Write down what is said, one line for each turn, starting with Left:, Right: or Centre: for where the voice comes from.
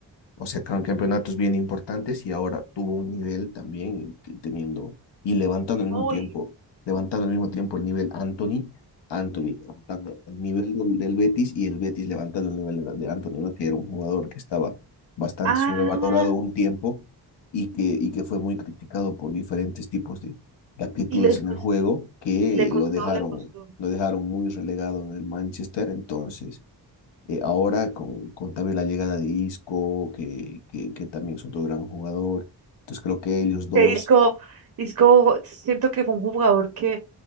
Left: o sea, can- campeonatos bien importantes y ahora tuvo un nivel también que teniendo y levantando al mismo
Right: Uy,
Left: tiempo, levantando al mismo tiempo el nivel Anthony, Anthony levantando el nivel del, del Betis y el Betis levantando el nivel de, de Anthony, ¿no? Que era un jugador que estaba bastante
Right: Ah,
Left: sobrevalorado un tiempo y que, y que fue muy criticado por diferentes tipos de, de actitudes
Right: y le costó,
Left: en el juego que
Right: y le costó,
Left: lo dejaron,
Right: le costó.
Left: lo dejaron muy relegado en el Manchester, entonces eh, ahora con, con también la llegada de Isco, que, que, que también es otro gran jugador. Entonces creo que ellos dos,
Right: Que Isco, Isco, siento que fue un jugador que